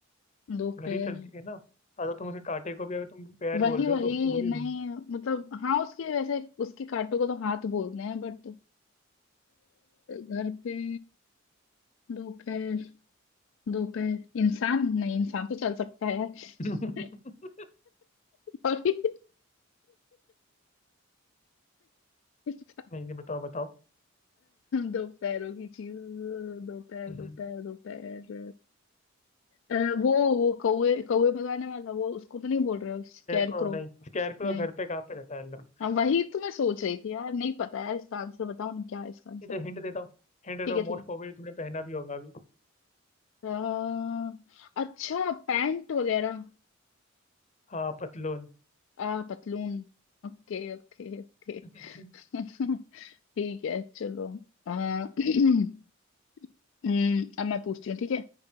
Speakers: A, on the left; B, on the left.
A: दो
B: घड़ी
A: पैर
B: चलती
A: है
B: है ना हाँ तो तुम उसके कांटे को भी अगर तुम पैर
A: वही
B: बोल रहे
A: वही
B: हो तो वो भी
A: नहीं
B: घूम
A: मतलब हाँ उसके वैसे उसके कांटों को तो हाथ बोलते हैं बट घर पे दो पैर दो पैर इंसान नहीं इंसान तो चल सकता है <laughs>
B: <laughs>
A: Sorry. इंसान-
B: नहीं नहीं बताओ बताओ
A: दो पैरों की चीज दो पैर
B: स्कैर
A: दो पैर दो पैर अ, वो वो कौवे कौवे भगाने वाला वो उसको तो नहीं बोल रहे हो स्कैरक्रो
B: को नहीं स्कैर को
A: नहीं
B: घर पे कहाँ पे रहता है लोग
A: हाँ, वही तो मैं सोच रही थी यार नहीं पता यार इसका आंसर बताओ ना क्या है इसका आंसर
B: ये तो हिंट देता हूँ हिंट देता
A: ठीक
B: हूँ
A: है
B: मोस्ट
A: ठीक
B: प्रोबेबली तुमने पहना भी होगा अभी
A: है अ, अच्छा पैंट वगैरह
B: हाँ पतलून
A: आ पतलून Okay okay okay
B: <laughs>
A: <laughs> ठीक है चलो अ, <clears throat> हम्म, अब मैं पूछती हूँ ठीक है